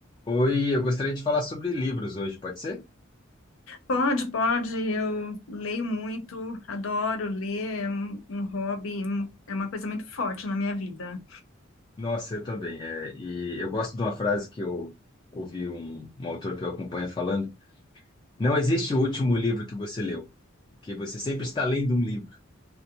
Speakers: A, on the left; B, on the left.
A: Oi, eu gostaria de falar sobre livros hoje, pode ser?
B: Pode, pode. Eu leio muito, adoro ler, é um, um hobby, um- é uma coisa muito forte na minha vida.
A: Nossa, eu também. é, e eu gosto de uma frase que eu ouvi um, um autor que eu acompanho falando: Não existe o último livro que você leu, porque você sempre está lendo um livro.